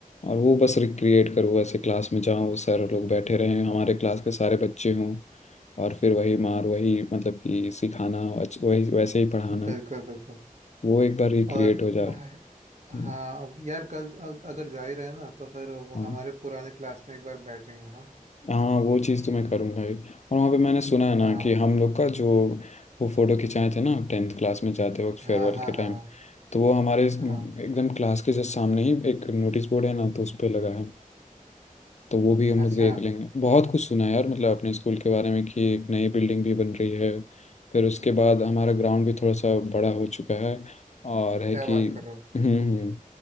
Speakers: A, on the left; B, on the right.
A: और वो बस रिक्रिएट करूँ ऐसे क्लास में जाऊँ वो सारे लोग बैठे रहें हमारे क्लास के सारे बच्चे हों और फिर वही मार वही मतलब कि सिखाना वच- वही वैसे ही पढ़ाना
B: बिल्कुल बिल्कुल
A: वो एक बार रिक्रिएट
B: और
A: हो जा
B: भाई
A: हम्म,
B: हाँ अब यार कल अब अगर जा ही रहे ना तो फिर वो
A: हाँ
B: हमारे पुराने क्लास में एक बार बैठेंगे हाँ
A: हाँ वो चीज़ तो मैं करूँगा ही और वहाँ पे मैंने सुना है
B: हाँ
A: ना कि हम लोग का जो वो फ़ोटो खिंचाए थे ना टेंथ क्लास में जाते वक्त फेयरवेल
B: हाँ हाँ
A: के टाइम
B: हाँ
A: तो वो हमारे इस-
B: हाँ
A: एकदम क्लास के जस्ट सामने ही एक नोटिस बोर्ड है ना तो उस पर लगा है तो वो भी हम
B: अच्छा
A: लोग देख लेंगे बहुत कुछ सुना है यार मतलब अपने स्कूल के बारे में कि एक नई बिल्डिंग भी बन रही है फिर उसके बाद हमारा ग्राउंड भी थोड़ा सा बड़ा हो चुका है और है
B: क्या
A: कि
B: बात कर रहे हो
A: हम्म हम्म,